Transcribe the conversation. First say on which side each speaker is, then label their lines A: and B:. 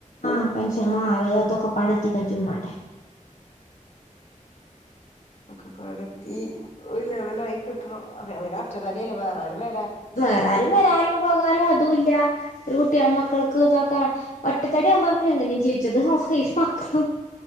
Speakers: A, on the left (about 75°); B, on the left (about 55°).
A: ആ പെൻഷനും അ അതൊക്കെ പടത്തി കച്ചമാട്ടെ
B: ഒക്കെ പടത്തി <unintelligible> ആയി കിട്ടണം അവന <unintelligible> കടയിൽ വേറെയാരുവേ
A: വേറെയാരും വരാനും പോകാനും അതും ഇല്ല ഒരു കുട്ടിയാകുമ്പോ കണക്കാതാക്കേ <unintelligible> ഒട്ടക്കട ആവുമ്പോ അവക്ക് എങ്ങനെയും ജീവിച്ചത് ഇരു മക്കളും